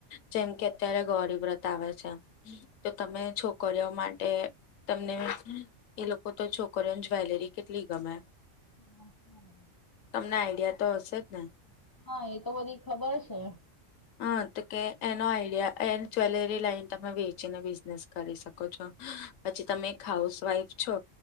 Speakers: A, on the left; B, on the left.
A: જેમ કે અત્યારે ગોરી વ્રત આવે છે તો તમે છોકરી ઓ માટે તમને એ લોકો તો છોકરીઓ જ્વેલરી કેટલી ગમે.
B: હા હા.
A: તમને આઈડિયા તો હશે જ ને?
B: હા એ તો બધી ખબર છે.
A: હા તો કે એનો આઈડિયા એ જ્વેલરી લાઈન તમે વેચીને બિઝનેસ કરી શકો છો. પછી તમે એક હાઉસવાઈફ છો